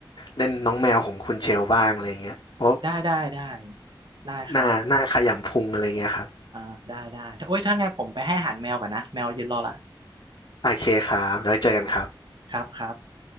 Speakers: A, on the left; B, on the right.
A: เล่นน้องแมวของคุณเชลบ้างอะไรเงี้ยเพราะ
B: ได้ได้ได้ได้ครับ
A: หน้าหน้าขยำพุงอะไรเงี้ยครับ
B: อ่าได้ได้โอ้ยถ้าไงผมไปให้อาหารแมวก่อนนะแมวยืนรอละ
A: โอเคครับเดี๋ยวไว้เจอกันครับ
B: ครับครับครับ